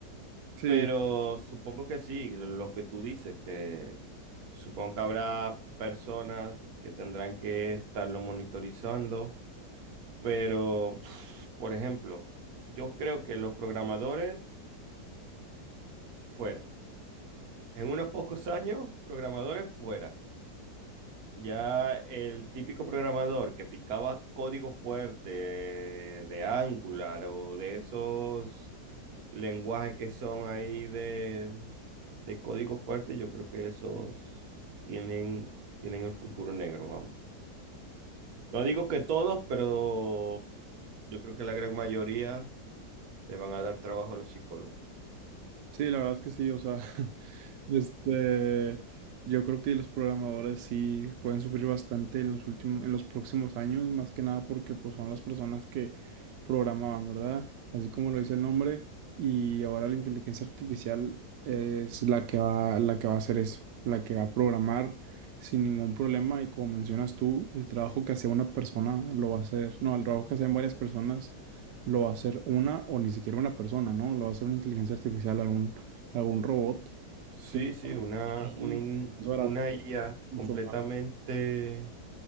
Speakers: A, on the right; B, on the right.
A: sí.
B: Pero supongo que sí, lo lo que tú dices, que supongo que habrá personas que tendrán que estarlo monitorizando, pero, <sniffs> uf, por ejemplo, yo creo que los programadores fuera. En unos pocos años, programadores fuera. Ya el típico programador que picaba código fuerte de Angular o de esos lenguajes que son ahí de, de código fuerte, yo creo que esos tienen, tienen el futuro negro, vamos. No digo que todos, pero yo creo que la gran mayoría le van a dar trabajo a los psicólogos.
A: Sí, la verdad es que sí, o sea, <laughs> este, yo creo que los programadores sí pueden sufrir bastante en los últimos, en los próximos años, más que nada porque pues son las personas que programaban, ¿verdad? Así como lo dice el nombre, y ahora la inteligencia artificial es la que va, la que va a hacer eso, la que va a programar sin ningún problema, y como mencionas tú, el trabajo que hacía una persona lo va a hacer, no, el trabajo que hacían varias personas lo va a hacer una o ni siquiera una persona, ¿no? Lo va a hacer una inteligencia artificial, algún, algún robot.
B: Sí,
A: que
B: sí, una,
A: Sí,
B: una, in-
A: Es más barato,
B: una IA
A: mucho
B: completamente
A: más.